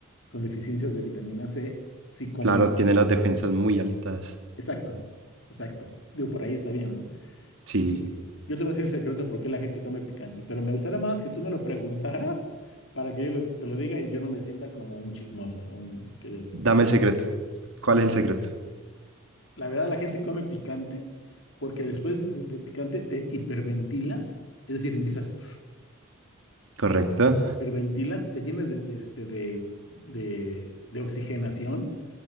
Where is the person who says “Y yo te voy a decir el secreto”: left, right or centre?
Left